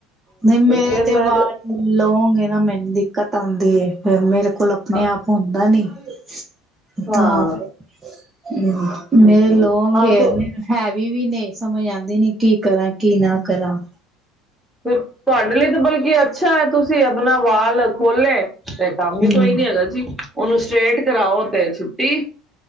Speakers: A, on the right (about 25°); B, in the centre.
A: ਨਹੀਂ ਮੇਰੇ
B: ਫਿਰ
A: ਤੇ
B: ਮੈਂ
A: ਵਾਲ ਲੋਂਂਗ ਐ ਨਾ ਮੈਨੂੰ ਦਿੱਕਤ ਆਉਂਦੀ ਹੈ ਫੇਰ ਮੇਰੇ ਕੋਲ ਆਪਣੇ
B: ਅ
A: ਆਪ ਹੁੰਦਾ ਨੀ। ਸ਼
B: ਹਾਂ
A: ਤਾਂ ਫਿਰ ਹਮ,
B: ਹੂੰ,
A: ਮੇਰੇ
B: ਹੂੰ,
A: ਲੋਂਗ
B: ਹਾਂ
A: ਹੇਅਰ
B: ਤੋ
A: ਨੇ ਹੈਵੀ ਵੀ ਨੇ। ਸਮਝ ਆਉਂਦੀ ਨੀ ਕੀ ਕਰਾਂ ਕੀ ਨਾ ਕਰਾਂ।
B: ਫਿਰ ਤੁਹਾਡੇ ਲਈ ਤਾਂ ਬਲਕਿ ਅ ਅੱਛਾ ਹੈ ਤੁਸੀਂ ਆਪਣਾ ਵਾਲ ਖੋਲੇ। ਤੇ ਕੰਮ ਵੀ
A: ਹੂੰ
B: ਕੋਈ ਨੀ ਹੈਗਾ ਜੀ ਉਹਨੂੰ ਸਟੇ੍ਟ ਕਰਾਓ ਤੇ ਛੁੱਟੀ,